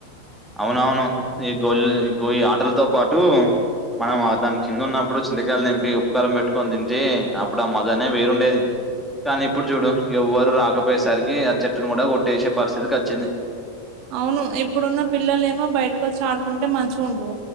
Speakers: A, in the centre; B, on the right.
A: అవునవును ఈ గోళ్ గోయి ఆటలతో పాటు మనం అ దానికిందున్నప్పుడు చింతకాయలు తెంపి ఉప్పుకారం పెట్టుకొని తింటే అప్పుడు ఆ మజనే వేరుండేది కానీ ఇప్పుడు చూడు ఎవ్వరు రాకపోయేసరికి ఆ చెట్టును కూడా కొట్టేసే పరిస్థితికి అచ్చింది.
B: అవును ఇప్పుడున్న పిల్లలేమో బయటకు వచ్చి ఆడుకుంటే మంచిగా ఉండు